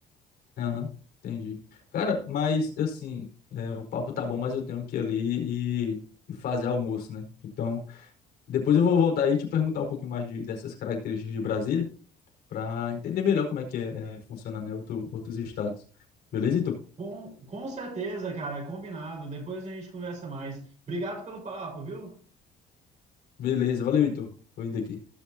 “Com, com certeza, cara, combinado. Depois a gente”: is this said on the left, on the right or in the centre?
Right